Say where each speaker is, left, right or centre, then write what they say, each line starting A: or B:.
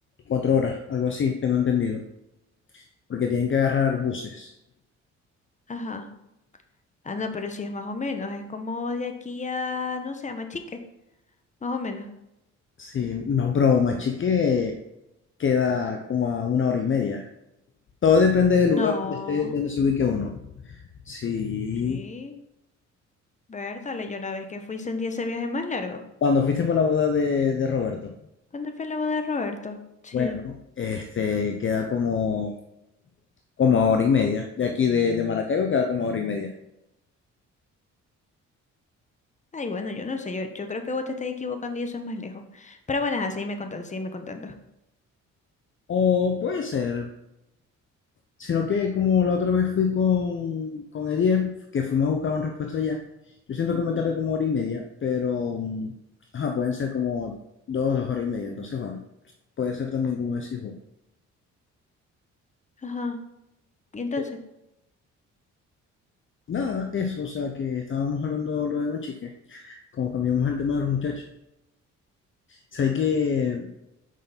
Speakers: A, on the left; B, on the left.
A: cuatro horas, algo así, tengo entendido, porque tienen que agarrar buses.
B: Ajá. Ah, no, pero sí es más o menos. Es como de aquí a, no sé, a Machique, más o menos.
A: Sí, no, pero Machique queda como a una hora y media. Todo depende del lugar
B: No,
A: donde esté, donde se ubique uno. Sí.
B: sí. Vértale, yo la vez que fui sentí ese viaje más largo.
A: Cuando fuiste por la boda de, de Roberto,
B: ¿Cuándo fue la boda de Roberto? Sí.
A: bueno, este queda como, como a hora y media. De aquí de, de Maracaibo queda como a hora y media.
B: Ay, bueno, yo no sé, yo, yo creo que vos te estás equivocando y eso es más lejos. Pero bueno, ajá, sígueme contando, sígueme contando.
A: O puede ser, Sino que como la otra vez fui con, con Edier, que fuimos a buscar un repuesto allá, yo siento
B: Ujú.
A: que me tardé como hora y media, pero mm, ajá, pueden ser como dos, dos horas y media. Entonces, bueno, puede ser también como decís vos.
B: Ajá. ¿Y entonces?
A: Eh, nada, eso, o sea, que estábamos hablando lo de Mochique, como cambiamos el tema de los muchachos. Sabes que